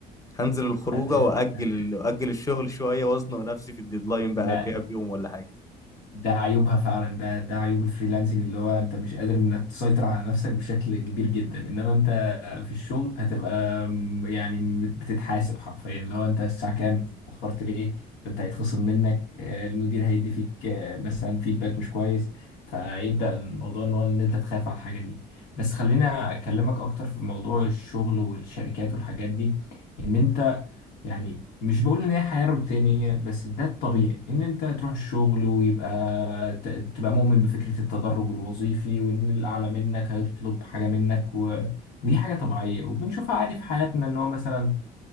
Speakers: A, on the left; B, on the left.
A: هنزل الخروجه
B: هتفرق
A: واجل
B: في حاجات.
A: واجل الشغل شويه وازنق نفسي في الديدلاين بقى
B: ما
A: قبلها بيوم ولا حاجه
B: ده عيوبها فعلا ده ده عيوب الفريلانسنج اللي هو انت مش قادر انك تسيطر على نفسك بشكل كبير جدا انما انت في الشغل هتبقى م- يعني بت- بتتحاسب حرفيا اللي هو انت الساعة كام اتأخرت ليه ده انت هيتخصم منك آه، المدير هيدي فيك آه، مثلا فيدباك مش كويس فيبدأ الموضوع ان هو ان انت تخاف على الحاجة دي بس خلينا اكلمك اكتر في موضوع الشغل والشركات والحاجات دي ان انت يعني مش بقول ان هي حياة روتينية بس ده الطبيعي ان انت تروح الشغل ويبقى ت- تبقى مؤمن بفكرة التدرج الوظيفي وان الاعلى منك هيطلب حاجة منك و... ودي حاجة طبيعية وبنشوفها عادي في حياتنا ان هو مثلا